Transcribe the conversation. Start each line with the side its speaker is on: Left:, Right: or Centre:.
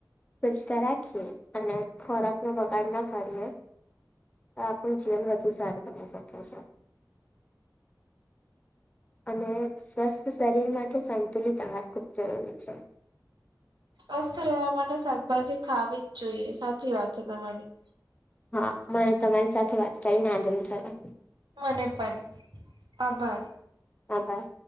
Left: સ્વચતા રાખીએ અને ખોરાકનો બગાડ ન કરીએ તો આપણું જીવન વધુ સારું બની શકે છે. અને સ્વસ્થ શરીર માટે સંતુલિત આહાર ખૂબ જરૂરી છે.
Right: સ્વસ્થ રેહેવા માટે શાકભાજી ખાવી જ જોઈએ સાચી વાત છે તમારી.
Left: હા, મને તમારી સાથે વાત કરીને આનંદ થયો.
Right: મને પણ, આભાર.
Left: આભાર.